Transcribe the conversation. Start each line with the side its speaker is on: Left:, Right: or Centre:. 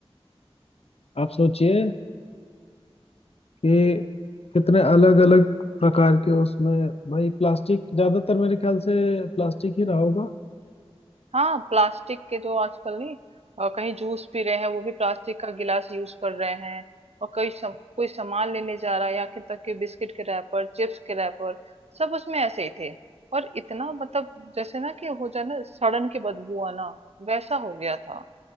Left: आप सोचिए कि कितने अलग अलग प्रकार के उसमें भाई प्लास्टिक ज्यादातर मेरे ख्याल से प्लास्टिक ही रहा होगा
Right: हाँ प्लास्टिक के जो आजकल नहीं अ, कहीं जूस पी रहे हैं वो भी प्लास्टिक का गिलास यूज कर रहे हैं और कोई सम, कोई सामान लेने जा रहा है या कि तक के बिस्किट के रैपर चिप्स के रैपर सब उसमें ऐसे ही थे और इतना मतलब जैसे ना कि हो जाए ना सड़न की बदबू आना वैसा हो गया था